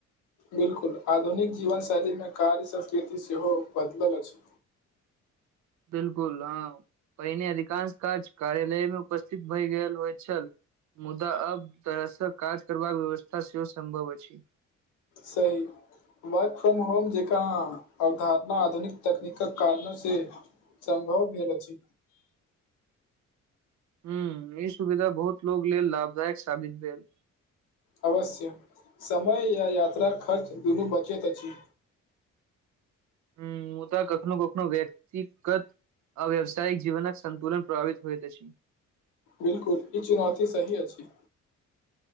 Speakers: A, on the left (about 85°); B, on the right (about 70°).
A: बिल्कुल आधुनिक जीवन शैलीमे कार्य संस्कृति सेहो बदलल अछि
B: बिल्कुल हाँ पहिने अधिकांश काज कार्यालय मे उपस्थित भय गेल होइत छल मुदा अब घरसँ काज करबाक व्यवस्था सेहो सम्भव अछि
A: सही वर्क फ्रॉम होम जकाँ अवधारणा आधुनिक तकनीकक कारण से सम्भव भेल अछि
B: हूँ ई सुविधा बहुत लोको लेल लाभदायक साबित भेल
A: अवश्य समय या यात्रा खर्च दुनू बचैत अछि
B: हूँ मुदा कखनो कखनो व्यक्तिगत आ व्यावसायिक जीवनक सन्तुलन प्रभावित होइत अछि
A: बिल्कुल ई चुनौती सही अछि